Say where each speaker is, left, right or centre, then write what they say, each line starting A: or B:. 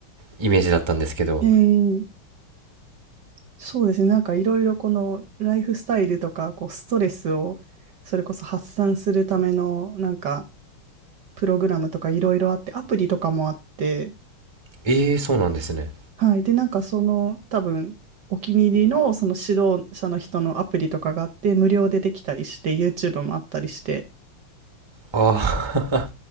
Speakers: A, on the right (about 15°); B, on the right (about 60°).
A: イメージだったんですけど、
B: えーそうですね。なんかいろいろこのライフスタイルとか、こうストレスをそれこそ発散するためのなんかプログラムとかいろいろあって、アプリとかもあって、
A: ええーそうなんですね。
B: はい。で、なんかその多分お気に入りのその指導者の人のアプリとかがあって、無料でできたりして、YouTube もあったりして、
A: ああ